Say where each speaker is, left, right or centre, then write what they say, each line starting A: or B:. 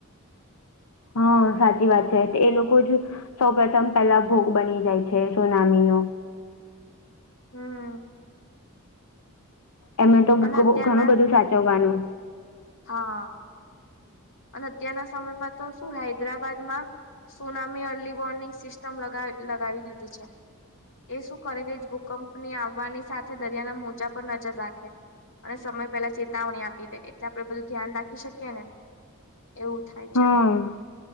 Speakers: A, on the left; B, on the left.
A: હા સાચી વાત છે તો એ લોકો જ સૌ પ્રથમ પેલા ભોગ બની જાય છે સુનામી નો.
B: હમ
A: એમને તો બુક
B: અને અત્યારના
A: ઘણું બધું સાચવવાનું.
B: હા. અને અત્યારના સમયમાં તો શું હૈદરાબાદમાં સુનામી અર્લી વોર્નિંગ સિસ્ટમ લગાવી દીધી છે. એ શું કરે કે ભૂકંપની આવવાની સાથે દરિયાના મોજા પર નજર રાખે. અને સમય પેલા ચેતવણી આપી દે એટલે આપડે બધું ધ્યાન રાખી શકીએ ને. એવું થાય
A: હા
B: છે